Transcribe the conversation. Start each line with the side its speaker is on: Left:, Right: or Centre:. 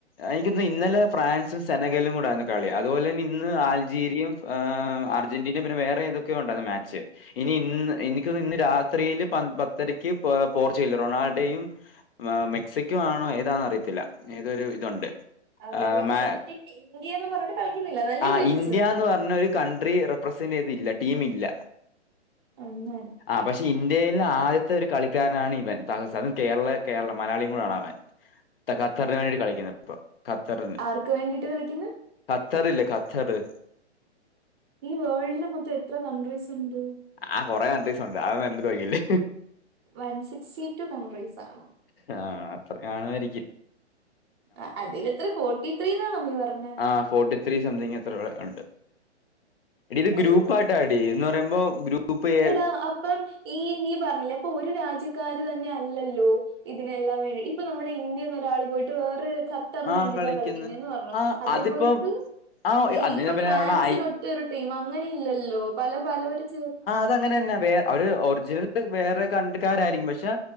Left: എനിക്കിന്ന് ഇന്നലെ ഫ്രാൻസും, സനഗലും കൂടെ ആണ് കളി അതുപോലെ തന്നെ ഇന്ന് അൾജീരിയയും അർജന്റീനയും പിന്നെ വേറെ ഏതൊക്കെയൊ ഉണ്ടായിരുന്നു മാച്ച് ഇനി ഇന്ന് എനിക്കൊന്ന് ഇന്ന് രാത്രിയില് പത്തരക്ക് പോർച്ചുഗൽ റൊണാൾഡോയും മെക്സിക്കോ ആണോ ഏതാന്ന് അറിയത്തില്ല ഏതൊരു ഇതുണ്ട്.
Right: അതേപോലെ
Left: ആഹ് മാ
Right: ഇന്ത്യക്ക് ഇന്ത്യയും പറഞ്ഞിട്ട് കളിക്കുന്നില്ല അതല്ലേ
Left: ആഹ്
Right: ഉദ്ദേശിച്ച
Left: ഇന്ത്യാന്ന്
Right: നീ
Left: പറഞ്ഞ ഒരു കൺട്രി റെപ്രസെന്റ് ചെയ്തില്ല ടീമില്ല
Right: അങ്ങനെ
Left: ആഹ് പക്ഷെ ഇന്ത്യയിൽ ആദ്യത്തെ ഒരു കളി കളികാരനാണ് ഇവൻ അതും കേരള കേരള മലയാളിയും കൂടിയാണ് അവൻ. ഖത്തറിന് വേണ്ടിയിട്ട് കളിക്കുന്നത് ഖത്തറിന്
Right: ആർക്ക് വേണ്ടിയിട്ട് കളിക്കുന്ന്
Left: ഖത്തർ ഇല്ലേ ഖത്തറ്
Right: ഈ വേൾഡിൽ മൊത്തം എത്ര കൺട്രീസ് ഉണ്ട്
Left: ആ കൊറെ കൺട്രീസ് ഉണ്ട് അതൊന്നും എന്നോട് ചോദിക്കല്ല്
Right: വൺ സിക്സ്റ്റി ടു കൺട്രീസ് ആണോ
Left: ആഹ് അത്രയും കാണുവാരിക്കും.
Right: ആ അതിൽ എത്ര ഫോർട്ടി ത്രീന്നാണോ നീ പറഞ്ഞെ
Left: ആ ഫോർട്ടി ത്രീ സംതിങ് എത്ര ഉണ്ട് എടി ഇത്
Right: ആഹ്
Left: ഗ്രൂപ്പായിട്ടാടി എന്ന് പറയുമ്പോ ഗ്രൂപ്പ് ഇപ്പ
Right: എടാ അപ്പം ഈ നീ പറഞ്ഞില്ലേ ഇപ്പൊ ഒരു രാജ്യക്കാര് തന്നെ അല്ലല്ലോ ഇതിനെല്ലാം വേണ്ടി ഇപ്പ നമ്മുടെ ഇന്ത്യ ഒരാള് പോയിട്ട് വേറെ ഖത്തറിന്
Left: ആ
Right: വേണ്ടിട്ടാ
Left: കളിക്കുന്നു
Right: കളിക്കുന്നേന്ന് പറഞ്ഞു
Left: ആ
Right: അതേ
Left: അതിപ്പം
Right: പോലെക്ക്
Left: ആ
Right: ഈ
Left: അന്ന്
Right: ഇപ്പൊ
Left: ഞാൻ പിന്നെ
Right: ഫ്രാൻസിന്
Left: നമ്മുടെ ഐ
Right: ഒറ്റൊരു ടീം അങ്ങനെ ഇല്ലല്ലോ പല പലവര് ചേർ
Left: അ അങ്ങനെ തന്നെ വേറെ ഒരു ഒറിജിനൽ വേറെ കട്രികാരായിരിക്കും പക്ഷെ